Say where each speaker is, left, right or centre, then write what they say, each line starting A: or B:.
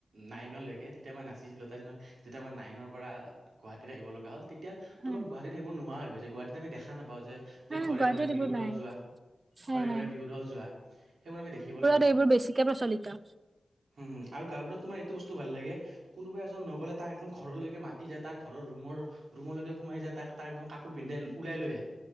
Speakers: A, on the right; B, on the right.
A: নাইনলৈকে। তেতিয়া, মই নাচিছিলোঁ। তাৰপিছত, যেতিয়া মই, নাইনৰ পৰা আঁ গুৱাহাটীত আহিব লগা হ'ল। তেতিয়া,
B: হয়
A: তোমাৰ গুৱাহাটীত সেইবোৰ, নোহোৱা হৈ গৈছে। গুৱাহাটীত আমি দেখা নাপাওঁ যে,
B: হয়
A: ঘৰে-
B: গুৱাহাটীত
A: ঘৰে
B: এইবোৰ
A: বিহু
B: নাই
A: দল যোৱা।
B: হয়
A: ঘৰে-ঘৰে
B: হয়
A: বিহু দল যোৱা। সেইবোৰ আমি, দেখিবলৈ না
B: সেইবোৰ বেছিকে প্ৰচলিত।
A: হুম আৰু গাঁওবোৰত তোমাৰ, এইটো বস্তু ভাল লাগে! কোনোবা এজন নগ'লে, তাক একদম ঘৰলৈকে মাতি যায়। তাৰ ঘৰৰ ৰুমৰ ৰুমলৈকে সোমাই যায়। তাক, তাক একদম কাপোৰ পিন্ধে, ওলাই লৈ আহে।